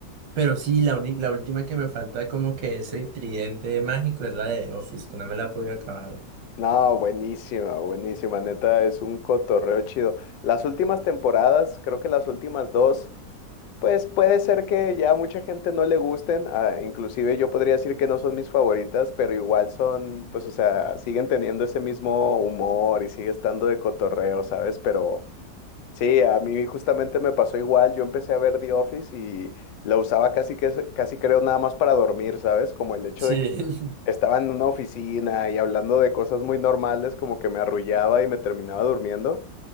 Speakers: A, on the right; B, on the left.
A: pero sí, la, uni- la última que me falta como que ese tridente mágico es la de The Office, que no me la he podido acabar.
B: No, buenísima, buenísima, neta, es un cotorreo chido. Las últimas temporadas, creo que las últimas dos, pues puede ser que ya mucha gente no le gusten, ah, inclusive yo podría decir que no son mis favoritas, pero igual son, pues o sea, siguen teniendo ese mismo humor y sigue estando de cotorreo, ¿sabes? Pero sí, a mí justamente me pasó igual, yo empecé a ver The Office y la usaba casi que, casi creo nada más para dormir, ¿sabes? Como el hecho
A: Sí,
B: de que estaba en una oficina y hablando de cosas muy normales, como que me arrullaba y me terminaba durmiendo,